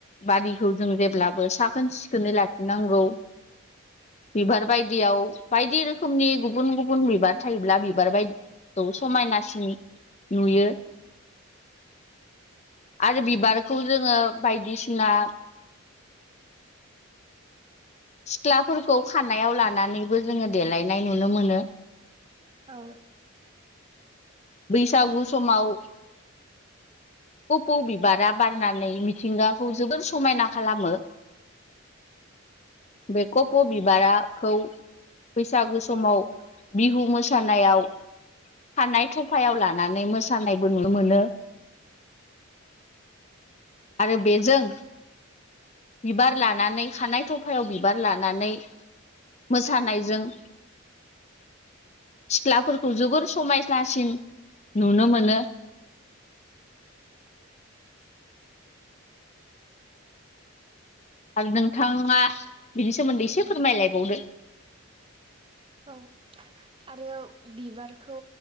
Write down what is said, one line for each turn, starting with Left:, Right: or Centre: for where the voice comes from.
Left: बारिखौ जों जेब्लाबो साखोन सिखोनै लाखिनांगौ। बिबार बाय बायदियाव बायदि रोखोमनि गुबुन गुबुन बिबार थायोब्ला बिबार बायदिखौ समायनासिन नुयो। आरो बिबारखौ जोङो बायदिसिना सिख्लाफोरखौ खानायाव लानानैबो जोङो देलायनाय नुनो मोनो।
Right: औ।
Left: बैसागु समाव कपौ बिबारा बारनानै मिथिंगाखौ जोबोर समायना खालामो। बे कपौ' बिबाराखौ बैसागु समाव बिहु मोसानायाव खानाय थफायाव लानानै मोसानायबो नुनो मोनो। आरो बेजों बिबार लानानै खानाय थफायाव बिबार लानानै मोसानायजों सिख्लाफोरखौ जोबोर समायसासिन नुनो मोनो। आरो नोंथाङा बिनि सोमोन्दै एसे फोरमायलायबावदो
Right: औ। आरो बिबारखौ